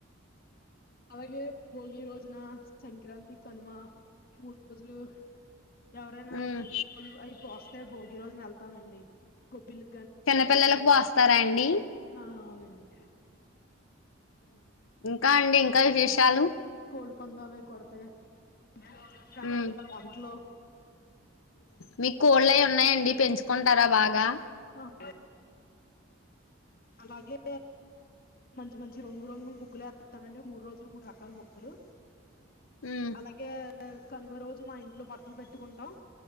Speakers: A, on the left (about 45°); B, on the left (about 80°).
A: అలాగే భోగి రోజున సంక్రాంతి కనుమ మూడు రోజులు ఎవరైనా
B: ఉమ్
A: అవి కోస్తయ్ బోక్ ఈరోజున వెళ్తామండి గోబ్బిలు
B: చిన్నపిల్లలకు పోస్తారా అండి
A: ఆ అవునండి
B: ఇంకా అండి ఇంకా విశేషాలు
A: కోడి పందాలువి కొతే ఇట్ రకరకాల
B: ఉమ్
A: వంటలో
B: మీకు కోళ్ళవి ఉన్నాయండి పెంచుకుంటారా బాగా
A: ఆహా అలాగే మంచి మంచి రంగు రంగులు ముగ్గులే యేత్తామండి మూడు రోజులు మూడు రకాల ముగ్గులు
B: ఉమ్
A: అలాగే కనుమ రోజు మా ఇంట్లో బట్టలు పెట్టుకుంటాం